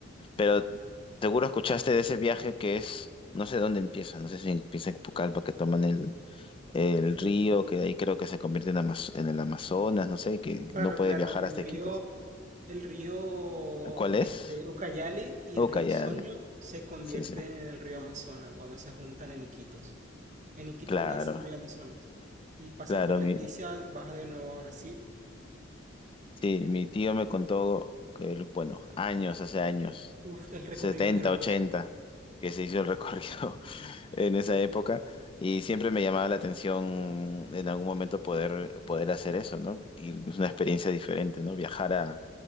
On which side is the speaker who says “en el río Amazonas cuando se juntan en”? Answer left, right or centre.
Right